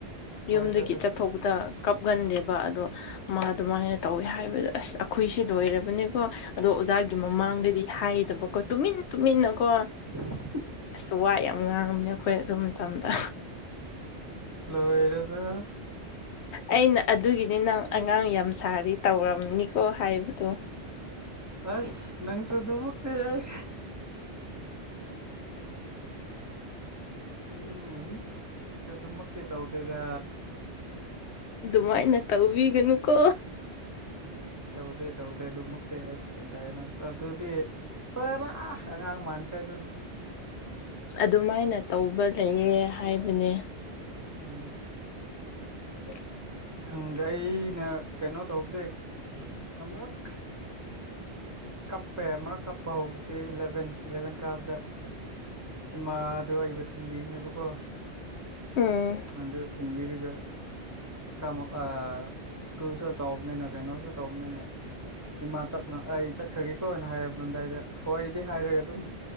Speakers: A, on the right (about 20°); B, on the left (about 75°).
A: ꯍꯣꯏꯗ
B: ꯌꯨꯝꯗꯒꯤ
A: ꯑꯁ
B: ꯆꯠꯊꯣꯛꯄ ꯇꯥ ꯀꯞꯒꯟꯗꯦꯕ ꯑꯗꯣ ꯃꯥ ꯑꯗꯨꯃꯥꯏꯅ ꯇꯧꯋꯦ ꯍꯥꯏꯕꯗ ꯑꯁ ꯑꯩꯈꯣꯏꯁꯦ ꯂꯣꯏꯔꯕꯅꯤꯀꯣ ꯑꯗꯣ ꯑꯣꯖꯥꯒꯤ ꯃꯃꯥꯡꯗꯗꯤ ꯍꯥꯏꯗꯕꯀꯣ ꯇꯨꯃꯤꯟ ꯇꯨꯃꯤꯟꯅ ꯀꯣ
A: <unintelligible>
B: ꯑꯁ ꯋꯥ ꯌꯥꯝ ꯉꯥꯡꯉꯕꯅꯦ ꯑꯈꯣꯏ ꯑꯗꯨ ꯃꯇꯝꯗ
A: ꯂꯣꯏꯔꯦꯗ
B: ꯑꯩꯅ ꯑꯗꯨꯒꯤꯅꯤ ꯅꯪ ꯑꯉꯥꯡ ꯌꯥꯝ ꯁꯥꯔꯤ ꯇꯧꯔꯝꯅꯤꯀꯣ ꯍꯥꯏꯕꯗꯣ
A: ꯑꯁ ꯅꯪꯁꯨ ꯑꯗꯨꯃꯛꯇꯤ ꯌꯥꯏ ꯎꯝ ꯑꯗꯨꯃꯛꯇꯤ ꯇꯧꯗꯦꯗ
B: ꯑꯗꯨꯃꯥꯏꯅ ꯇꯧꯕꯤꯒꯅꯨꯀꯣ
A: ꯇꯧꯗꯦ ꯇꯧꯗꯦ ꯑꯗꯨꯃꯛꯇꯤ ꯑꯁ ꯀꯗꯥꯏ ꯅꯣ ꯑꯗꯨꯗꯤ ꯄꯥꯔꯥ ꯑꯉꯥꯡ ꯃꯥꯟꯈ꯭ꯔꯦ ꯑꯗꯨꯗꯤ
B: ꯑꯗꯨꯃꯥꯏꯅ ꯇꯧꯕ ꯂꯩꯌꯦ ꯍꯥꯏꯕꯅꯦ
A: ꯎꯝ
B: <inaudible>
A: ꯈꯪꯗ꯭ꯔꯦ ꯑꯩꯅ ꯀꯩꯅꯣ ꯇꯧꯕꯗꯤ ꯑꯃꯨꯔꯛ ꯀꯞꯄꯦ ꯑꯃꯔꯛ ꯀꯞꯄ ꯍꯧꯕꯁꯤ ꯂꯦꯚꯦꯟ ꯏꯂꯥꯚꯦꯟ ꯀꯥꯕꯗ ꯏꯃꯥꯗꯣ ꯑꯩꯕꯨ ꯊꯤꯟꯕꯤꯕꯅꯦꯕꯀꯣ
B: ꯎꯝ
A: ꯑꯗꯨ ꯊꯤꯟꯕꯤꯔꯒ ꯈꯔ ꯃꯨꯛ ꯑꯥ ꯁ꯭ꯀꯨꯜꯁꯨ ꯆꯥꯎꯕꯅꯤꯅ ꯀꯩꯅꯣꯁꯨ ꯇꯧꯕꯅꯤꯅ ꯏꯃꯥ ꯆꯠꯂ ꯑꯩ ꯆꯠꯈ꯭ꯔꯒꯦꯀꯣꯅ ꯍꯥꯏꯔꯝꯗꯥꯏꯗꯥ ꯍꯣꯏꯗꯤ ꯍꯥꯏꯔꯒ ꯑꯗꯨꯝ